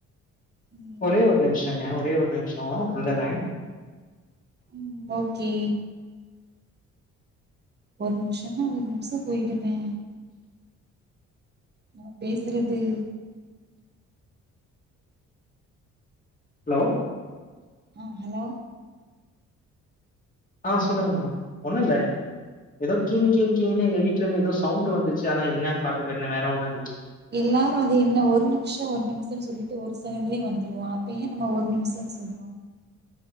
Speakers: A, on the right (about 35°); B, on the left (about 25°).
A: ம்
B: ஒரே ஒரு நிமிஷங்க ஒரே ஒரு நிமிஷோ வந்தர்றே
A: ம் ஓகே ஒரு நிமிஷம்னா ஒரு நிமிஷ போயிடுமே நா பேசுறது
B: ஹலோ
A: ம் ஹலோ
B: ஆ சொல்லுங்கம்மா ஒண்ணு இல்ல ஏதோ கிங்
A: ம்
B: கிங் கிங்னு எங்க வீட்ல இருந்து ஏதோ சவுண்டு வந்துச்சு அதா என்னான்னு பாக்க போயிருந்தே வேற ஒன்னு இல்ல
A: எல்லாரு அது என்ன ஒரு நிமிஷோ ஒரு நிமிஷோனு சொல்லிட்டு ஒரு செகண்ட்லயே வந்துருவோ அப்ப ஏன் நம்ம ஒரு நிமிஷம்னு சொல்றோ